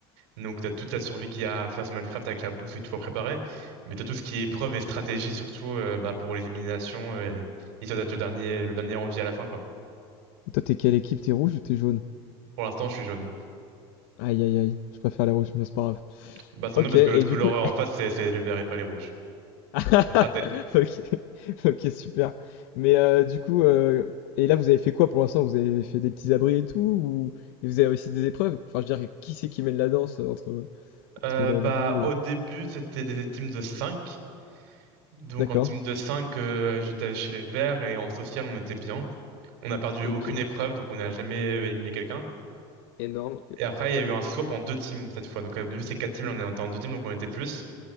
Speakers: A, on the right; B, on the left.
A: Donc t'as toute la survie qu'il y a à faire sur Minecraft avec la bouffe et tout à préparer, mais t'as tout ce qui est épreuve et stratégie surtout euh, bah, pour les éliminations euh, histoire d'être le dernier, le dernier en vie à la fin, quoi.
B: Et Toi, t'es quelle équipe? T'es rouge ou t'es jaune?
A: Pour l'instant, je suis jaune.
B: Aïe aïe aïe, je préfère les rouges, mais c'est pas grave.
A: Bah sans
B: Ok,
A: doute parce
B: et
A: que l'autre couleur
B: du coup...
A: en face, c'est c'est les verts et pas les rouges.
B: <laughs>
A: Donc raté.
B: Ok, ok, super. Mais euh, du coup, euh, et là vous avez fait quoi pour l'instant? Vous avez fait des petits abris et tout, ou et vous avez réussi des épreuves? Enfin, je veux dire, qui c'est qui mène la danse euh, entre
A: Euh,
B: entre là,
A: bah
B: vous et...
A: au début, c'était des teams de 5. Donc
B: D'accord.
A: en team de 5, j'étais chez les verts et en social, on était bien. On n'a perdu
B: Ok,
A: aucune épreuve, donc on n'a jamais euh, éliminé quelqu'un.
B: énorme,
A: Et après, il y a eu un swap en deux teams cette fois. Donc, au début, c'est quatre teams, là, on était en deux teams, donc on était plus.